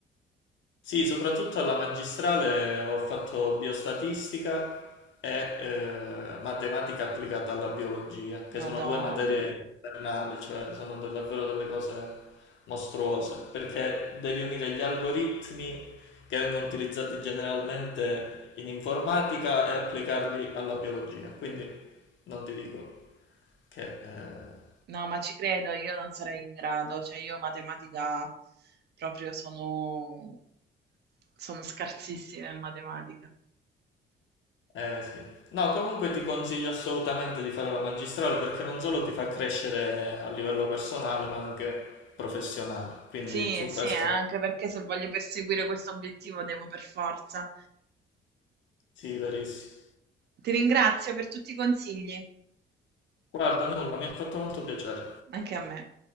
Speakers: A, on the left; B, on the right.
A: Sì, soprattutto alla magistrale ho fatto biostatistica e eh, matematica applicata alla biologia, che
B: Madon
A: sono due materie infernali, cioè sono de- davvero delle cose mostruose, perché devi unire gli algoritmi che vengono utilizzati generalmente in informatica e applicarli alla biologia. Quindi non ti dico che... eh,
B: no, ma ci credo, io non sarei in grado, cioè io matematica proprio sono sono scarsissima in matematica.
A: Eh sì. No, comunque ti consiglio assolutamente di fare la magistrale perché non solo ti fa crescere a livello personale, ma anche professionale. Quindi
B: Sì,
A: su
B: sì,
A: questo
B: anche perché se voglio perseguire questo obiettivo devo per forza.
A: sì, verissimo.
B: Ti ringrazio per tutti i consigli,
A: Guarda, nulla, mi ha fatto molto piacere.
B: anche a me.